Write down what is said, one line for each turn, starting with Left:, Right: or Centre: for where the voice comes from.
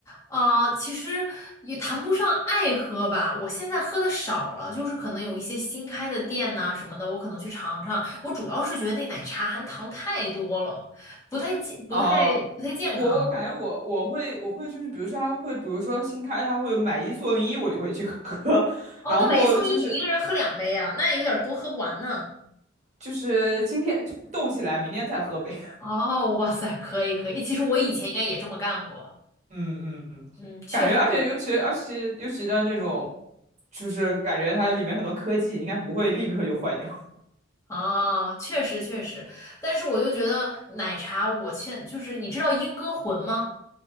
Left: 呃，其实也谈不上爱喝吧，我现在喝的少了，就是可能有一些新开的店呐、什么的，我可能去尝尝。我主要是觉得那奶茶含糖太多了，不太健，不太
Right: 啊，
Left: 不太健康。
Right: 我我感觉我我会我会就是比如说他会比如说新开他会有买一送一，我就会去喝，<laughs>
Left: 哦，
Right: 然后就是
Left: 那买一送一，你一个人喝两杯啊，那有点多，喝不完呢。
Right: 就是今天就冻起来，明天再喝呗。
Left: 哦，哇塞，可以可以，其实我以前应该也这么干过，
Right: <laughs> 嗯嗯嗯，
Left: 嗯，确实。
Right: 感觉而且尤其而且尤其的那种，就是感觉它里面很多科技应该不会立刻就坏掉。
Left: 哦，确实确实，但是我就觉得奶茶，我现就是你知道英歌魂吗？